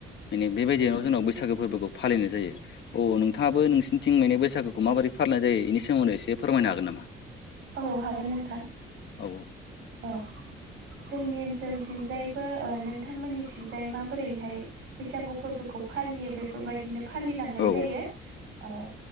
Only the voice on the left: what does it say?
माने बेबायदिनोाव जोंनाव बैसागो फोरबोखौ फालिनाय जायो औ नोंथाङाबो नोंसिनिथिं माने बैसागोखौ माबोरै फालिनाय जायो बेनि सोमोनावनो एसे फोरमायनो हागोन नामा
औ
औ